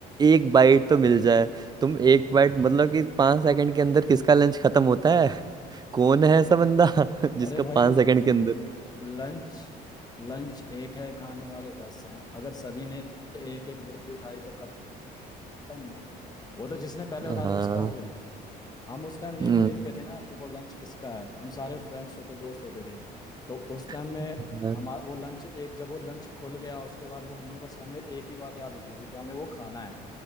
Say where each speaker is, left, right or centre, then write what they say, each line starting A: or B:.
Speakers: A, on the right; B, on the left.
A: एक बाइट तो मिल जाए तुम एक बाइट मतलब कि पांच सेकंड के अंदर किसका लंच खत्म होता है <laughs> कौन है ऐसा बंदा <laughs> जिसका
B: अरे भाई
A: पांच सेकंड के अंदर
B: लंच लंच एक है खाने वाले दस हैं अगर सभी ने एक एक बुरकी उठाई तो खत्म ना वो तो जिसने पहले
A: <laughs>
B: उठा
A: हाँ
B: ली उसका हो गया हम उस टाइम ये
A: हम्म,
B: नहीं देखते थे ना कि वो लंच किसका है हम सारे फ्रेंड्स होते दोस्त होते थे तो उस
A: <laughs>
B: टाइम में
A: हाँ,
B: हमारा वो लंच एक जब वो लंच खुल गया उसके बाद वो हमने बस हमें एक ही बात याद होती थी कि हमें वो खाना है